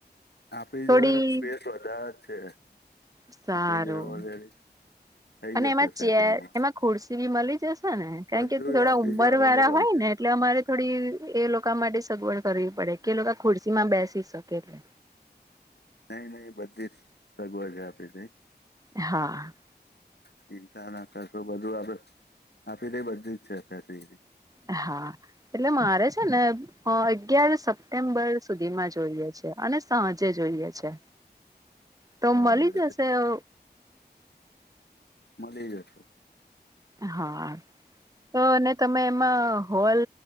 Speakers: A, on the left; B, on the right.
A: આપી જોડે
B: થોડી
A: સ્પેસ વધારે જ છે
B: સારું
A: આપી જો ઓલરેડી થઈ
B: અને
A: જશે
B: એમાં
A: સેટિંગ
B: ચેર
A: તમારું
B: એમાં ખુરશી બી મળી જશે ને કારણ
A: બધું
B: કે થોડા
A: જ આપણી
B: ઉંમર
A: જોડે અવેલેબલ
B: વાળા હોય
A: છે
B: ને એટલે અમારે થોડી એલોકો માટે સગવડ કરવી પડે કે એ લોકો ખુરશીમાં બેસી શકે એટલે.
A: નઈ નઈ બધી જ સગવડ આપડે તઈ.
B: હા.
A: ચિંતા ના કરશો બધું આપડ આપી તઈ બધી જ છે. <inaudible>
B: હા, એટલે મારે છે ને હ અગીયાર સપ્ટેમ્બર સુધીમાં જોઈએ છે અને સાંજે જોઈએ છે. તો
A: બરાબર
B: મળી જશે
A: છે
B: અ?
A: મલી જસે.
B: હા, તો ને તમે માં હોલ